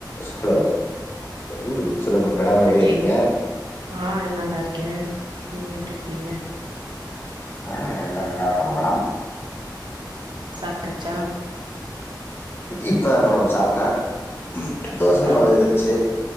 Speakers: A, on the left; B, on the right.
A: ச் ஹலோ உஹ்ம் சொல்லுங்க மேடம் எப்டி
B: ஆ கே
A: இருக்கீங்க
B: ஆ நல்லா இருக்கே நீங்க எப்டி இருக்கீங்க
A: ஆஹ் எல்லா நல்லா இருக்கறோ மேடம்
B: சாப்ட்டாச்சா
A: இப்பதா மேடம் சாப்ட்டே உம் தோச மாவு
B: ஆ
A: இருந்துச்சு